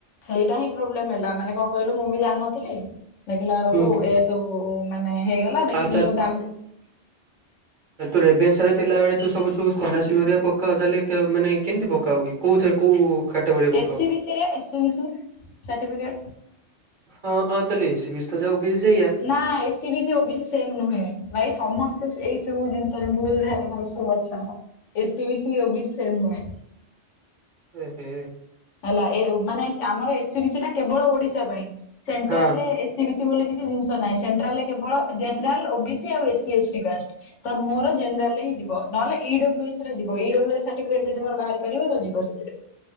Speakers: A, on the left; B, on the right.
A: ସେଇଟା ହିଁ ପ୍ରୋବ୍ଲେମ ହେଲା ମାନେ କଣ କହିଲୁ ମୁଁ ବି ଜାଣିନଥିଲି। ଦେଖିଲା ବେଳକୁ
B: ହୁଁ
A: ଏଇଆ ସବୁ ମାନେ ହେଇଗଲା ଦେ
B: ଆଉ
A: ମୁଁ ତାପରେ
B: ଆଉ ତୁ ରେଭେନ୍ସାରେ ଥିଲାବେଳେ ତୁ ସବୁ ଯୋଉ ସ୍କୋଲାରସିପ ହେରିକା ପକାଉ ତାହଲେ କେ ମାନେ କେମିତି ପକାଅ କି? କୋଉଥିରେ କୋଉ କାଟଗୋରିରେ ପକାଅ?
A: ଏସି ବିସି ରେ ଏସି ବିସି ସାର୍ଟିଫିକେଟ
B: ହଁ ଅ ତାହଲେ ଏସି ବିସି ତ ଯାହା ଓ ବିି ସି ସେଇଆ।
A: ନା ଏ ସି ବି ସି, ଓ ବି ସ ସେମ୍ ନୁହେଁ ଭାଇ ସମସ୍ତେ ଏଇ ସବୁ ଜିନିଷରେ ଭୁଲ ଧାରଣାରେ ସବୁ ଅଛନ୍ତି। A C B C O B C same ନୁହେଁ।
B: ଏ ହେ।
A: ହେଲା ଏ ମାନେ ଆମର ଏ ସି ବି ସି ଟା କେବଳ ଓଡିଶା ପାଇଁ ସେଣ୍ଟ୍ରାଲରେ
B: ହଁ
A: ଏ ସି ବି ସି ବୋଲି କିଛି ଜିନିଷ ନାହିଁ। ସେଣ୍ଟ୍ରାଲରେ କେବର ଜେନେରାଲ, ଓ ବି ସି ଆଉ ଏସି ଏସ୍ ଟି କାଷ୍ଟ। ତ ମୋର ଜେନେରାଲରେ ହିଁ ଯିବ ନହେଲେ ଇ ଡବୁଲୁ ଇସି ରେ ଜିବା। ଇ ଡବୁଲୁ ଇସି ସର୍ଟିଫିକେଟ ଯଦି ମୋର ବାହାରି ପାରିବ ତ ଯିବ ସେଥିରେ।